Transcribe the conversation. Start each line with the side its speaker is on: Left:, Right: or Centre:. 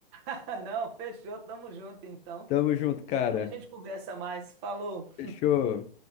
Right: <laughs> Ah, Não, fechou, tamo junto então.
Left: Tamo junto, cara.
Right: Depois a gente conversa mais. Falou.
Left: Fechou.